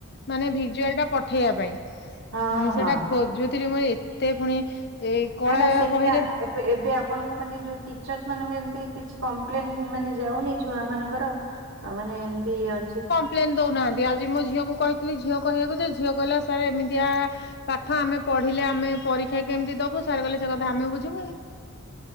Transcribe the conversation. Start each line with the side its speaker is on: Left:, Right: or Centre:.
Left: ମାନେ ଭିଜୁଆଲ ଟା ପଠେଇବା ପାଇଁ
Right: ହଁ
Left: ମୁଁ ସେଇଟା
Right: ହଁ।
Left: ଖୋଜୁଥିଲି। ମୁଁ ଏ ଏତେ ଫୁଣି ଏଇ କଳା
Right: ନା ନା ସେଟା
Left: ବହିରେ
Right: ଏବେ ଆପଣଙ୍କୁ ମାନେ ଯୋଉ ଟିଚର୍ସ ମାନଙ୍କୁ ଏମିତି କିଛି କମ୍ପ୍ଲେନ ମାନେ ଯାଉନି ଛୁଆ ମାନଙ୍କର ଆଉ ମାନେ ଏମିତି ଅଛି
Left: ପ୍ଲେନ ଦଉନାହାନ୍ତି। ଆଜି ମୋ ଝିଅକୁ କହିଥିଲି। ଝିଅ କହିବାକୁ ଯେ ଝିଅ କହିଲା। ସାର୍ ଏମିତିଆ ଆ ପାଠ ଆମେ ପଢିଲେ ଆମେ ପରୀକ୍ଷା କେମିତି ଦବୁ। ସାର କହିଲେ ସେ କଥା ଆମେ ବୁଝିବୁନି।